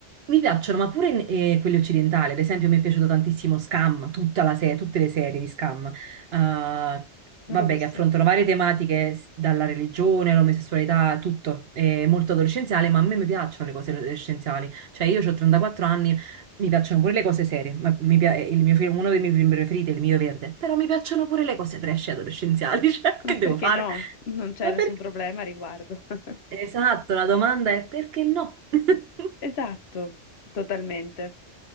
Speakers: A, on the right; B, on the left.
A: Mi piacciono, ma pure eh, quelle occidentali, ad esempio, mi è piaciuto tantissimo Scam, tutta la se- tutte le serie di Scam eh, vabbè,
B: Non l'ho visto.
A: che affrontano varie tematiche, s- dalla religione all'omosessualità, a tutto. È molto adolescenziale, ma a me mi piacciono le cose adolescenziali. Cioè, io ho 34 anni, mi piacciono pure le cose serie. Ma mi pia- il mio film- uno dei miei film preferiti è Il mio verde. Però mi piacciono pure le cose trash adolescenziali. <laughs> Cioè,
B: Ma
A: che
B: perché
A: devo fare?
B: no? Non c'è
A: Ma
B: nessun
A: perché?
B: problema a riguardo. <laughs>
A: Esatto, la domanda è perché no? <laughs>
B: Esatto, totalmente.